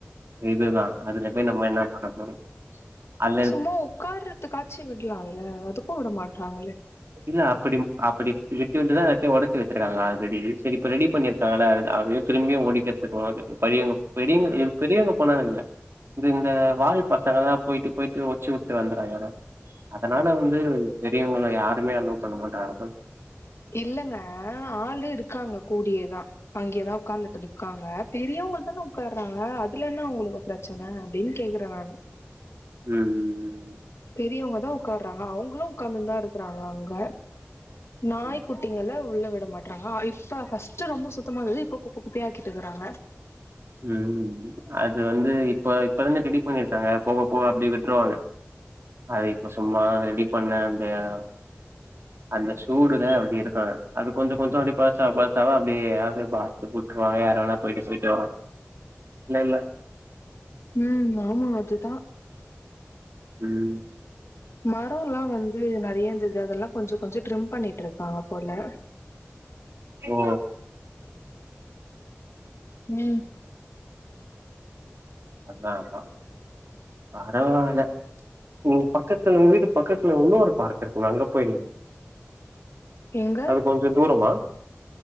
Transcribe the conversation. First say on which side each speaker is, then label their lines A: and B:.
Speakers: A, on the right; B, on the left.
A: இதுதா அதுல போய் நம்ம என்னா பண்ண போறோ அதுல
B: மோ உக்கார்ற த்துகாச்சி விட்லால்ல அதுக்கு விட மாட்றாங்ளே
A: இல்ல அப்டி அப்டி விட்டு விட்டுதா எல்லாத்தையு ஒடச்சி வச்சிருக்காங்க ஆல்ரெடி சரி இப்ப ரெடி பண்ணி க்கனால அ அதையு திரும்பியு ஒடிக்கிறதுக்கு வாங்க பயங்க பெரியவங்க ப் பெரியவங்க போனா எதுமில்ல இது இந்த வால் பசங்க தா போயிட்டு போயிட்டு ஒச்சு விட்டு வந்துறாங்க ஆனா அதனால வந்து பெரியவங்கள யாருமே அலோ பண்ண மாட்டார்கள்
B: இல்லங்க ஆளு இருக்காங்க கூடயேதா அங்யேதா உக்காந்துட்டு இருக்காங்க பெரியவங்க தானே உக்காறாங்க அதுல என்ன அவுங்களு பிரச்சன அப்டினு கேக்றே நானு
A: ம் ம் ம்
B: பெரியவங்க தா உக்கார்றாங்க அவங்களு உக்காந்துந்தா இருக்றாங்க அங்க நாய்க்கு
A: ம்
B: ட்டிங்கள உள்ள விட மாட்றாங்க அ இப்ப ஃபஸ்ட்டு ரொம்ப சுத்தமா இந்தது இப்ப குப்ப குப்பையா ஆக்கிட்டுக்றாங்க
A: ம் ம் ம் அது வந்து இப்ப இப்ப தான ரெடி பண்ணிருக்காங்க போக போக அப்டியே விட்ருவாங்க அது இப்ப சும்மா ரெடி பண்ண அந்த எ அந்த சூடுதா அப்டி இருக்கு அது கொஞ்ச கொஞ்ச அப்டி பழசாவ பழசாவ அப்டியே அது பா துக் உட்ருவாங்க யாரு வேணா போயிட்டு போயிட்டு வரோ இல்ல இல்ல
B: ம் ஆமா அதுதா
A: ம்
B: மரோல்லா வந்து நெறைய இந்தது அதெல்லா கொஞ்ச கொஞ்ச ட்ரிம் பண்ணிட்ருக்காங்க போல
A: ஓ
B: ம்
A: அதா அதா பரவால சூப்பர் பக்கத்துல உங்க வீட்டு பக்கத்துல உன்னொரு பார்க் இருக்கும்ல அங்க போய்
B: எங்க
A: அது கொ ஞ்ச தூரமா